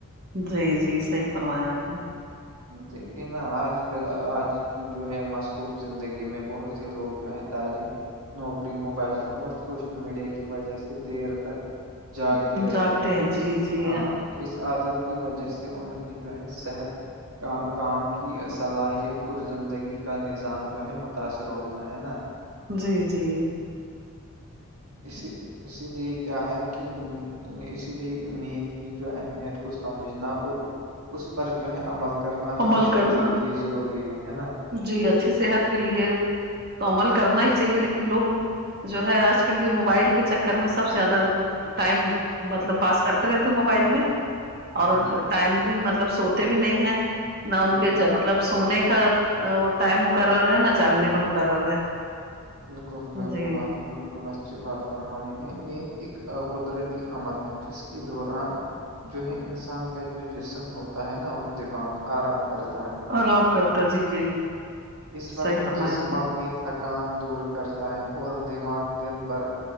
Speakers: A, on the right (about 45°); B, on the right (about 80°).
A: جی جی صحیح فرمایا آپ نے
B: دیکھیے نا آج کل آج کی جو ہے مصروف زندگی میں بہت سے لوگ جو ہے تعلیم نوکری موبائل فون اور سوشل میڈیا کی وجہ سے دیر تک جاگتے
A: نے
B: رہتے
A: جاگتے
B: ہیں اس
A: جی جی
B: ہاں اس عادت کی وجہ سے ان کی جو ہے صحت کا کام کی صلاحیت اور زندگی کا نظام جو ہے متاثر ہوتا ہے نا
A: جی جی
B: اسی اسی لیے کیا ہے کہ اسی لیے نیند کی جو اہمیت کو سمجھنا اور اس پر جو ہے عمل کرنا ہر
A: عمل
B: شخص
A: کرنا
B: کے لیے ضروری ہے ہے نا
A: جی اچھی صحت کے لیے تو عمل کرنا ہی چاہیے لیکن لوگ جو ہے آج کل یہ موبائل کے چکر میں سب سے زیادہ ٹائم مطلب پاس کرتے رہتے موبائل میں
B: ہاں
A: اور ٹائملی مطلب سوتے بھی نہیں ہیں نہ ان
B: بالکل
A: کے مطلب سونے کا ٹائم مقرر ہے نہ جاگنے کا مقرر ہے
B: بالکل بالکل
A: جی
B: آپ نے بالکل اچھی بات فرمائی ہے نیت ایک قدرتی عمل ہیں جس کے دوران جو ہے انسان کا جو جسم ہوتا ہے نا وہ دماغ آرام کرتا ہے
A: آراب کرتا جی جی
B: اس وقت
A: صحیح فرمایا
B: جسم
A: آپ نے
B: اپنی تھکان دور کرتا ہے اور دماغ دن بھر